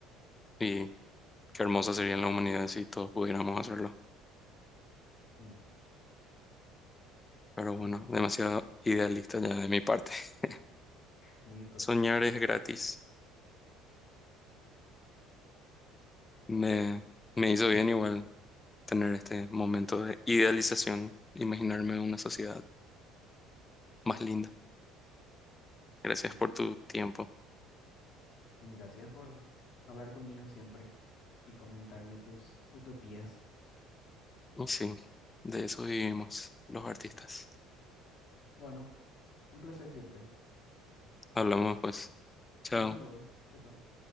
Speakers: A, on the left (about 20°); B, on the left (about 55°).
A: Y qué hermosa sería la humanidad si todos pudiéramos hacerlo.
B: mm,
A: Pero
B: supongo.
A: bueno, demasiado idealista ya de mi parte. <laughs>
B: Muy utópico.
A: Soñar es gratis. Me, me hizo bien igual tener este momento de idealización, imaginarme una sociedad más linda. Gracias
B: Mm,
A: por tu tiempo.
B: mm, Gracias por hablar conmigo siempre y comentarme tus utopías.
A: No, sí, de eso vivimos los artistas.
B: Bueno, un placer siempre.
A: Hablamos pues. Chao.
B: Hablamos luego. Chao, chao.